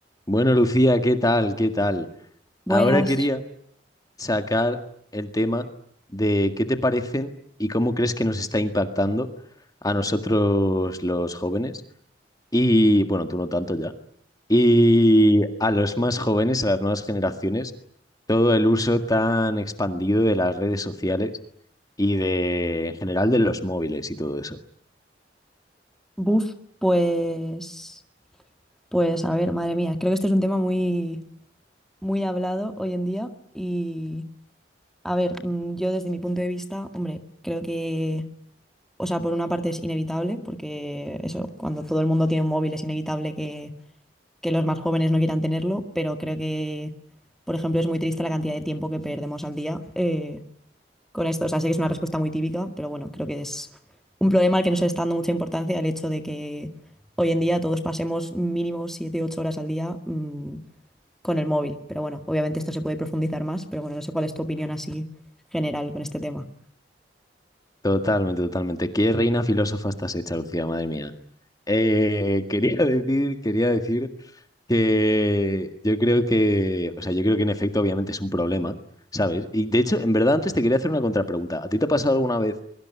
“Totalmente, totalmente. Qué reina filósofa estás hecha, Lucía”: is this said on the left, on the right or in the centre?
Left